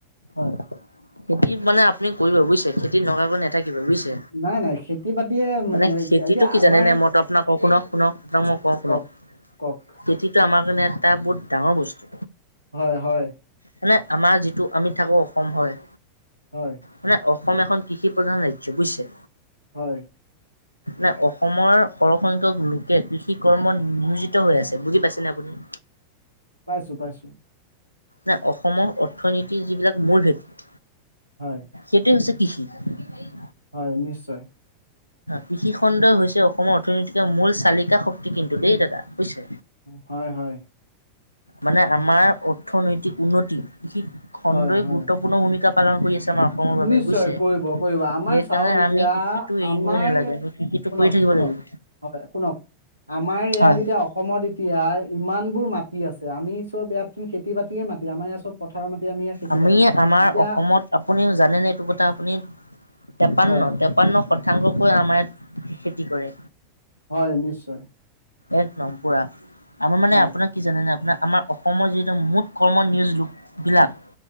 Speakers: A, on the left; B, on the right.
A: হয় খেতি মানে আপুনি কৰিব বুজিছে খেতি নকাব ন থাকিব বুজি
B: নাই নাই খেতি বাতিয়ে
A: মানে খেতিটো
B: এতিয়া
A: কি
B: আমাৰ
A: জানে নে মইতো আপোনাক ক শুনক শুনক আপাক মই কওঁ শুনক
B: কওক কওক
A: খেতিটো আমাৰ কাৰণে এটা বহুত ডাঙৰ বস্তু।
B: হয় হয়।
A: মানে আমাৰ যিটো আমি থাকোঁ অসম হয়।
B: হয়।
A: মানে অসম এখন কৃষি প্ৰধান ৰাজ্য বুজিছে?
B: হয়।
A: নাই অসমৰ সৰহসংখ্যক লোকে কৃষি কৰ্ম নিয়োজিত হৈ আছে বুজি পাইছেনে আপুনি
B: পাইছো পাইছো
A: নাই অসমৰ অৰ্থনীতি যিবিলাক মূল ভেটি
B: হয়
A: সেইটো হৈছে <unintelligible>
B: হয় নিশ্চয়
A: কৃষিখণ্ডই হৈছে অসমৰ অৰ্থনৈতিকৰ মূল চালিকা শক্তি কিন্তু দেই দাদা বুজিছে।
B: হয় হয়
A: মানে আমাৰ অৰ্থনৈতিক উন্নতি বিশেষ খণ্ডই
B: হয় হয়
A: গুৰুত্বপূৰ্ণ ভূমিকা পালন কৰি আছে আমাৰ অসমৰ বাবে
B: নিশ্চয়
A: বুজিছে।
B: কৰিব কৰিব আমাৰ
A: সেইকাৰণে
B: চাওক এতিয়া
A: আমি কৃষিটো এৰিবই
B: আমাৰ
A: নালাগে আমি কৃষিটো
B: শুনক
A: কৰি থাকিব
B: শুনক
A: লাগিব।
B: হয় শুনক আমাৰ ইয়াত
A: হয় হয়
B: এতিয়া অসমত এতিয়া ইমান বোৰ মাটি আছে আমি চব ইয়াতনো খেতি বাতিয়ে মাতি আমাৰ ইয়াত চব পথাৰৰ মাটি ইয়াত খেতি
A: আমি
B: বাতি
A: আমাৰ
B: এতিয়া
A: অসমত আপুনি জানেনে এইটো কথা আপুনি টেপান্ন
B: হয়
A: টেপান্ন শতাংশতকৈ আমাৰ ইয়াত খেতি কৰে
B: হয় নিশ্চয়
A: একদম পুৰা আমাৰ মানে
B: হয়
A: আপোনাৰ কি জানে নে আপোনাৰ আমাৰ অসমৰ যিহেতু মুঠ কৰ্ম নিউজ লোকবিলাক